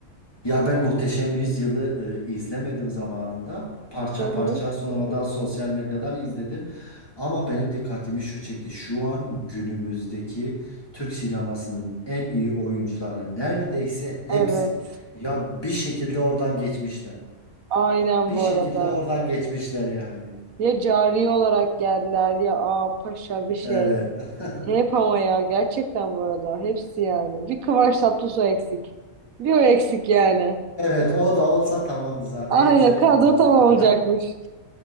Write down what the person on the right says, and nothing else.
Hı hı.
Evet.
Aynen
bu
arada.
Ya cariye olarak geldiler ya aa paşa bir şey.
Hep ama ya gerçekten bu arada hepsi yani. Bir Kıvanç Tatlıtuğ eksik. Bir o eksik yani.
Aynen
kadro
tam olacakmış.